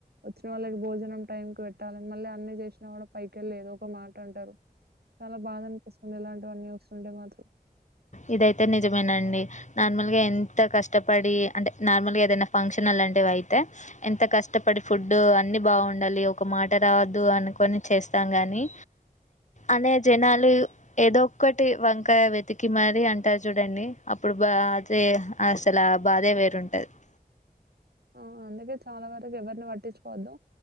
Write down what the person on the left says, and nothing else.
ఇదైతే నిజమేనండి నార్మల్గా ఎంత కష్టపడి అంటే నార్మల్గా ఏదైనా ఫంక్షన్ టన్ అలాంటివి అయితే ఎంత కష్టపడి ఫుడ్ అన్ని బాగుండాలి ఒక మాట రాదు అనుకొని చేస్తాం గాని అనే జనాలు ఏదోక్కటి వంక వెతి కి మరీ అంటారు చూడండి అప్పుడు బా అదే అసల బాధే వేరుంటది <inaudible>